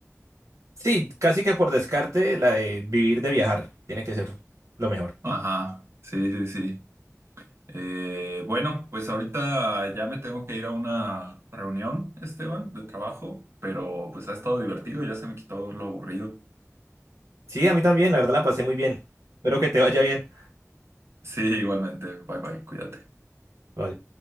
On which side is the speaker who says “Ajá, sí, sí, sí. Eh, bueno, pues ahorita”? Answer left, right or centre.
Right